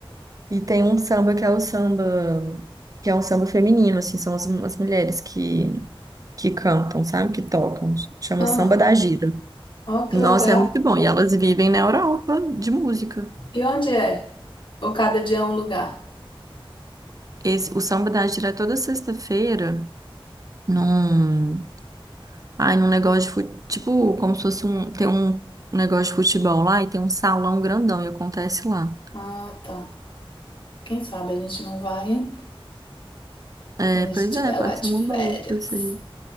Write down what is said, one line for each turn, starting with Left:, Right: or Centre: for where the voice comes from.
Right: E tem um samba que é o samba, que é um samba feminino, assim, são as, as mulheres que, que cantam, sabe? Que tocam. Chama
Left: Ah,
Right: Samba da Gira.
Left: ó que
Right: Nossa,
Left: legal.
Right: é muito bom. E elas vivem na Europa de música.
Left: E onde é? Ou cada dia é um lugar?
Right: Esse, o Samba da Átila é toda sexta-feira num, ai, num negócio de fute, tipo, como se fosse um, tem um negócio de futebol lá e tem um salão grandão e acontece lá.
Left: Ah, tá. Quem sabe a gente não vai, hein?
Right: É,
Left: Quando a
Right: pois
Left: gente estiver
Right: é, pode
Left: lá de
Right: ser uma
Left: férias.
Right: boa pra vocês.